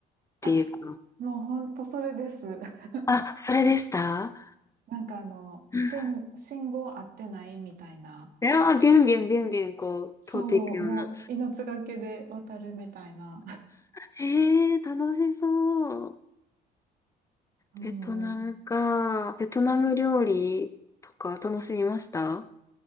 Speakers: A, on the left; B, on the right.
A: ていうか、
B: あ、もうほんとそれです。<laughs>
A: あ、それでした
B: なんかあの、
A: うん
B: 信、信号合ってないみたいな。
A: いやー、ビュンビュンビュンビュンこう、
B: そう、
A: 通っていくような。
B: もう命がけで渡るみたいな。
A: へえー、楽しそう。
B: う
A: ベトナムか。
B: ん。
A: ベトナム料理とか楽しみました